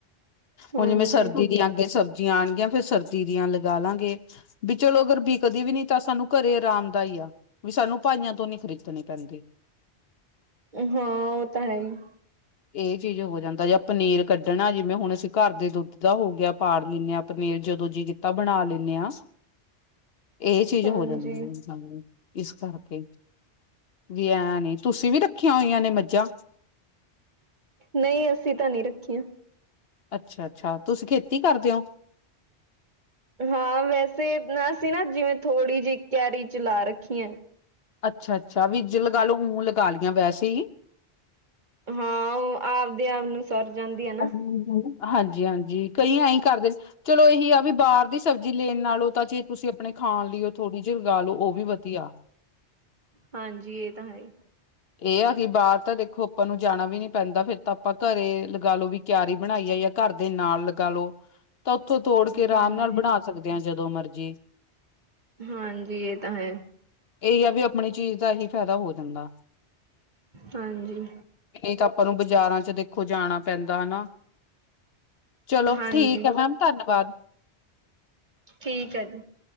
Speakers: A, on the right; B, on the left.
A: ਹਾਂਜੀ
B: ਹੁਣ ਜਿਵੇਂ ਸਰਦੀ ਅੱਗੇ ਸਰਦੀਆਂ ਦੀਆਂ ਸਬਜ਼ੀਆਂ ਆਣਗੀਆਂ, ਫੇਰ ਸਰਦੀ ਦੀਆਂ ਲਗਾ ਲਾਂਗੇ। ਵੀ ਚਲੋ ਅਗਰ ਬਿਕਦੀ ਵੀ ਨੀ ਤਾਂ ਸਾਨੂੰ ਘਰੇ ਆਰਾਮ। ਹੁੰਦਾ ਦਾ ਹੀ ਆ, ਵੀ ਸਾਨੂੰ ਭਾਈਆਂ ਤੋਂ ਨੀ ਖਰੀਦਣੇ ਪੈਂਦੇ।
A: ਹਾਂ, ਉਹ ਤਾਂ ਹੈ ਹੀ।
B: ਇਹ ਚੀਜ਼ ਹੋ ਜਾਂਦਾ, ਜਾਂ ਪਨੀਰ ਕੱਢਣਾ ਜਿਵੇਂ ਹੁਣ ਅਸੀਂ ਘਰ ਦੇ ਦੁੱਧ। ਦਾ ਹੋ ਗਿਆ ਪਾੜ ਲੈਂਨੇ ਹਾਂ ਪਨੀਰ, ਜਦੋਂ ਜੀ ਕੀਤਾ ਬਣਾ ਲੈਂਨੇ ਹਾਂ। ਇਹ ਚੀਜ਼
A: ਹਾਂਜੀ
B: ਹੋ ਜਾਂਦੀ ਹੈ। ਹਾਂਜੀ ਇਸ ਕਰਕੇ, ਵੀ ਐ ਨੀ, ਤੁਸੀਂ ਵੀ ਰੱਖੀਆਂ ਹੋਈਆਂ ਨੇ ਮੱਝਾਂ।
A: ਨਹੀਂ, ਅਸੀਂ ਤਾਂ ਨਹੀਂ ਰੱਖੀਆਂ।
B: ਅੱਛਾ- ਅੱਛਾ, ਤੁਸੀਂ ਖੇਤੀ ਕਰਦੇ ਔ?
A: ਹਾਂ, ਵੈਸੇ ਨਾ ਅਸੀਂ ਨਾ ਜਿਵੇਂ ਥੋੜ੍ਹੀ ਜਿ ਕਿਆਰੀ 'ਚ ਲਾ ਰੱਖੀ ਐ।
B: ਅੱਛਾ -ਅੱਛਾ, ਵੀਜ ਲਗਾ ਲਓ ਉਹ ਲਗਾ ਲੀਆਂ ਵੈਸੇ ਈ‌।
A: ਹਾਂ, ਔਹ ਆਪਦੇ ਆਪ ਨੂੰ ਸਰ ਜਾਂਦੀ ਐ ਨਾ।
B: <unintelligible> ਹਾਂਜੀ ਹਾਂਜੀ, ਕਈ ਐਈ ਕਰਦੇ ਚਲੋ ਇਹੀ ਆ ਬੀ ਬਾਰ ਦੀ ਸਬਜ਼ੀ ਲੇਣ ਨਾਲੋਂ ਤਾਂ ਜੀ ਤੁਸੀਂ ਅਪਣੇ ਖਾਣ ਲਈ ਉ ਥੋੜ੍ਹੀ ਜੀ ਉਗਾ ਲਉ ਓਹ ਵੀ ਵਧੀਆ।
A: ਹਾਂਜੀ, ਇਹ ਤਾਂ ਹੈ ਈ।
B: ਏਹ ਆ ਕਿ ਬਾਰ ਤਾਂ ਦੇਖੋ ਅਪਾਂ ਨੂੰ ਜਾਣਾ ਵੀ ਨੀ ਪੈਂਦਾ ਫੇਰ ਤਾਂ ਅਪਾਂ ਘਰੇ ਲਗਾ ਲੋ ਵੀ ਕਿਆਰੀ ਬਣਾਈ ਐ ਯਾ ਘਰ ਦੇ ਨਾਲ ਲਗਾ ਲੋ। ਤਾਂ ਉੱਥੋਂ ਤੋੜ ਕੇ ਰਾਮ
A: ਹਾਂਜੀ,
B: ਨਾਲ ਬਣਾ ਸਕਦੇ ਆਂ ਜਦੋਂ ਮਰਜ਼ੀ।
A: ਹਾਂਜੀ, ਏਹ ਤਾਂ ਹੈ।
B: ਏਹੀ ਆ ਵੀ ਅਪਣੀ ਚੀਜ਼ ਦਾ ਹੀ ਫੈਦਾ ਹੋ ਜਾਂਦਾ।
A: ਹਾਂਜੀ।
B: ਨਹੀਂ ਤਾਂ ਅਪਾਂ ਨੂੰ ਬਜ਼ਾਰਾਂ ਚ ਦੇਖੋ ਜਾਣਾ ਪੈਂਦਾ ਹਨਾ। ਚਲੋ
A: ਹਾਂਜੀ
B: ਠੀਕ ਹੈ ਮੈਮ, ਧੰਨਵਾਦ।
A: ਠੀਕ ਐ ਜੀ।